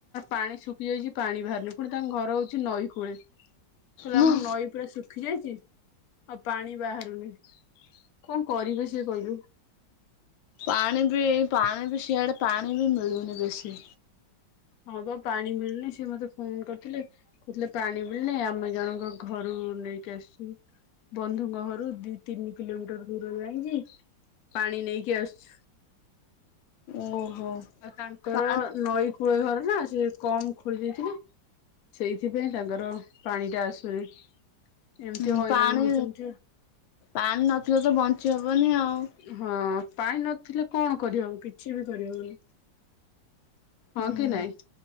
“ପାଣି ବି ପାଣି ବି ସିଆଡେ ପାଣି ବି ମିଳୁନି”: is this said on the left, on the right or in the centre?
Left